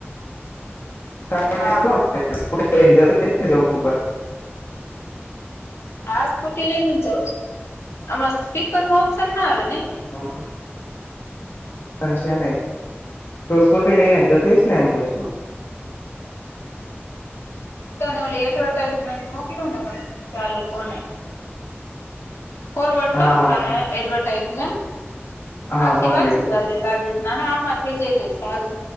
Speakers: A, on the left; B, on the left.
A: <unintelligible>
B: હા હા સ્કૂટી લઈ ને જ જાઉં છું. આમાં સ્પીકરનું ઓપ્શન ના આવે નઈ
A: હા સંગ છે ને તું સ્કૂટી લઈને જ જતી હઈશ ને એમ પચમાં
B: હું તને ઓલી એડવર્ટાઈઝમેન્ટ મોકલું ને ચાલુ કોને ફોરવર્ડ
A: હા
B: કરું
A: હા
B: તને એડવર્ટાઇઝ <inaudible>
A: હા
B: આખી
A: મોકલી
B: વાંચી
A: દો
B: જાજે તાર રીતે ના ના આમાં થઈ જાય તોય સારું.